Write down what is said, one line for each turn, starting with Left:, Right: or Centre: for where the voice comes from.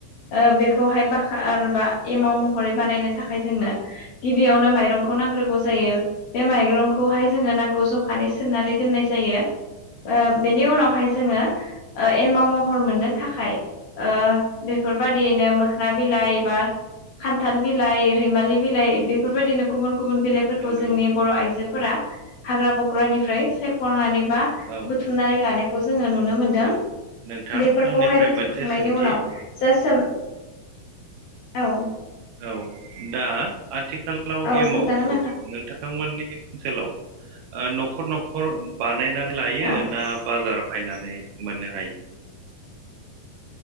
Left: ओ बेखौहाय बाहाबा एमाव महरै बानायनो थाखाय जोंनो गिबियावनो माइरंखौ नांग्रोगौ जायो बे माइरंखौहाय जोङो नांगौ जखानि सोमनानै दोननाय जायो ओ बेनि उनावहाय जोङो एमाव महर मोननो थाखाय ऐ बेफोरबादियैनो मोखोना बिलाइ एबा खान्थाल बिलाइ रैमालि बिलाइ बेफोरबायदिनो गुबुन गुबुन बिलाइफोरखौ
Right: नंगौ
Left: जोंनि बर आइजो फोरा हाग्रा बंग्रानिफ्राय सायख नानै बा
Right: औ
Left: बुथुमनानै लानायखौ जोङो नुनो मोनदों
Right: औ नोंथां
Left: बेफोरखौहाय
Right: आंनिफ्राय
Left: बुथुमखांनायनि
Right: मोनसे सोंथि
Left: उनाव जे सोम औ
Right: औ दा आथिखालाव
Left: औ
Right: एमावखौ
Left: सोंजागोन
Right: नोंथां बिथांमोननि ओनसोलाव न'खर न'खर बानायनानै लायो
Left: औ
Right: ना बाजाराव बायनानै मोननो हायो